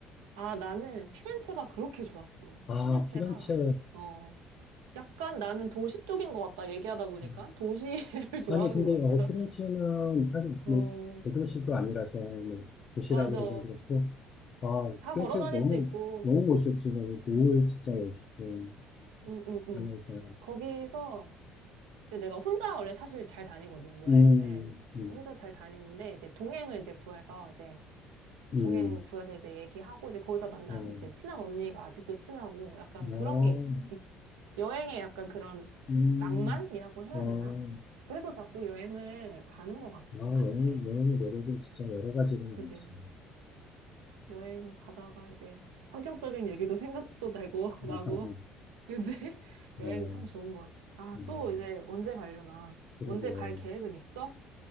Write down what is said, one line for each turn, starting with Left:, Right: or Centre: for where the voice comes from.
Right: 아, 나는 피렌체가 그렇게 좋았어.
Left: 아,
Right: 피렌체가.
Left: 피렌체.
Right: 어. 약간 나는 도시 쪽인 것 같다. 얘기하다 보니까
Left: 음.
Right: 도시를 <laughs> 좋아하는
Left: 아니, 근데,
Right: 것
Left: 어,
Right: 같다.
Left: 피렌체는 사실
Right: 어,
Left: 뭐, 대도시도 아니라서, 뭐 도시라
Right: 맞아.
Left: 그러긴 그렇고, 아,
Right: 다
Left: 피렌체
Right: 걸어 다닐
Left: 너무,
Right: 수 있고,
Left: 너무 멋있었지. 거기 노을 진짜 멋있고,
Right: 응, 응, 응.
Left: 하면서,
Right: 거기서 이제 내가 혼자 원래 사실 잘 다니거든, 여행을.
Left: 음, 음,
Right: 혼자 잘 다니는데 이제 동행을 이제 구해서 이제
Left: 음,
Right: 동행 구해서 이제 얘기하고 이제 거기서 만난
Left: 어,
Right: 이제 친한 언니가 아직도 친하고 약간
Left: 어.
Right: 그런 게 있, 있, 여행에 약간 그런
Left: 음,
Right: 낭만이라고 해야
Left: 어,
Right: 되나? 그래서 자꾸 여행을 가는 것 같,
Left: 아, 영어,
Right: 같아.
Left: 영어 노력이 진짜 여러 가지로 많지.
Right: 그지? 여행 가다가 이제 환경적인 얘기도 생각도 되고 <laughs>
Left: 못하고,
Right: 나고 이제 <laughs> 여행
Left: 어,
Right: 참 좋은 것 같아. 아,
Left: 음,
Right: 또 이제 언제 가려나?
Left: 그러고,
Right: 언제 갈 계획은 있어?